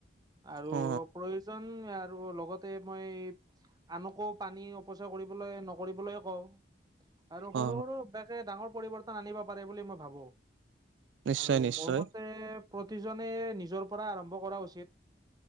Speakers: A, on the right (about 20°); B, on the right (about 85°).
A: আৰু
B: অ
A: প্ৰয়োজন আৰু লগতে মই আনকো পানী অপচয় কৰিবলৈ নকৰিবলৈ কওঁ আৰু সৰু
B: অ অ
A: সৰুা অভ্যাসে ডাঙৰ পৰিৱৰ্তন আনিব পাৰে বুলি মই ভাবো
B: নিশ্চয়
A: আৰু
B: নিশ্চয়
A: মোৰ মতে প্ৰতিজনে নিজৰ পৰা আৰম্ভ কৰা উচিত